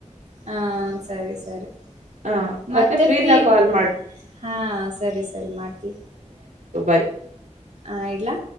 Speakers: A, on the right; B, on the right.
A: ಹಾ ಸರಿ ಸರಿ
B: ಹ
A: ಮತ್ತೆ
B: ಫ್ರೀದಾಗ
A: ಫ್ರೀ
B: ಕಾಲ್ ಮಾಡ್
A: ಹಾ ಸರಿ ಸರಿ ಮಾಡ್ತೀವಿ.
B: ಬೈ
A: ಹ ಇಡ್ಲ್ಲ.